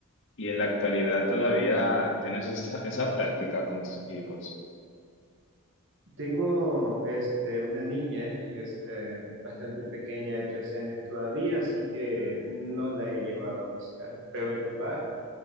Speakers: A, on the left; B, on the right.
A: y en la actualidad todavía tienes esa, esa práctica con tus hijos.
B: Tengo este, una niña este, bastante pequeña de 13 años todavía, así que no la he llevado a pescar. Pero mi papá,